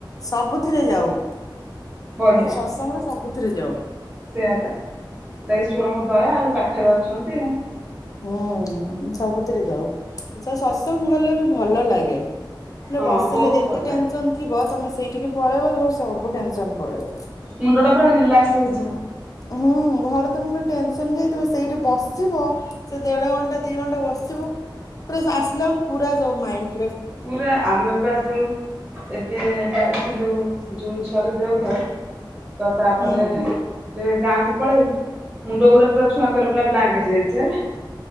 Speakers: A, on the left; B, on the right.
A: ସବୁଥିରେ ଯାଉ
B: ବଢିଆ
A: ସତସଙ୍ଗ ରେ ସବୁଥିରେ। ଯାଉ
B: ସେଇଆ ପା ଏଟା ଈଶ୍ୱରଙ୍କ ଦୟା ଆଉ ପାଖରେ ଅଛନ୍ତି ଆଉ।
A: ହୁଁ ସବୁଥିରେ ଯାଉ ତ ସତ ସଙ୍ଗ ଗଲେ ବି ଭଲ ଲାଗେ।
B: ହଁ
A: ବସିଲେ
B: ବହୁତ
A: ଯେତେ
B: ଭଲ ଲାଗେ
A: ଟେନସନ ଥିବ ତମେ ସେଇଠିକି ପଳେଇବ ସବୁ ଟେନସନ ପଳେଇବ।
B: ମୁଣ୍ଡ ଟା ପୁରା ରିଲାକ୍ସ ହେଇଯିବ।
A: ହୁଁ ଘରେ ତମେ ଯେତେ ଗୋଟେ ଟେନସନ ଯାଇଥିବ ସେଇଠି ବସିବ। ସେ ଦେଢ ଘଣ୍ଟା, ଦି ଘଣ୍ଟା ବସିବ ପୁରା ଆସିଲା ପୁରା ଯୋ ମାଇଣ୍ଡି।
B: ପୁରା ଆମେ ପାଦୁ ଏବେ ଯାଇଥିଲୁ ଜୁନ ଛରେ ଦେଉ ଘର। ତ ତାପରେ
A: ହୁଁ
B: ଗାଁକୁ ପଳେଇଲୁ ମୁଣ୍ଡ ଗୁରା ପୁରା ଛୁଆଙ୍କର ପୁରା ବ୍ଲାଙ୍କ ହେଇଯାଇଛି ହେଲା।